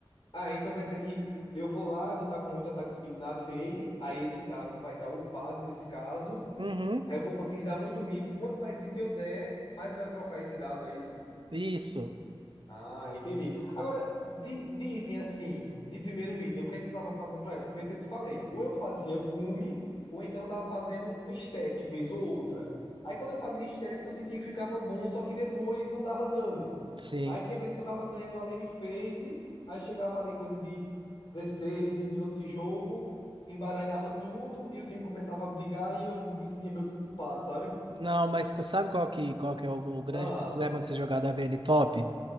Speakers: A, on the left; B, on the right.
A: Ah, então quer dizer que eu vou lá, eu vou estar com muito attack speed na Vayne, aí esse W vai estar upado nesse caso.
B: Uhum.
A: Aí eu vou conseguir dar muito hit, e quanto mais hit eu der, mais vai procar esse W, é isso?
B: Isso,
A: Ah, entendi. Agora, de, de item assim, de primeiro item, o que é que tu tava fazendo pra ela? Porque eu te falei, ou eu fazia gume, ou então eu tava fazendo um estético, vez ou outra. Aí quando eu fazia estética, eu sentia que ficava bom, só que depois não dava dano.
B: sim.
A: Aí tinha vezes que eu tava ganhando a lane phase, aí chegava ali coisa de 16 20 minutos de jogo, embaralhava tudo e o time começava a brigar e eu me sentia meio que culpado, sabe?
B: Não, mas co- sabe qual que, qual que é o, o grande
A: Ah,
B: problema de você jogar da Vayne top?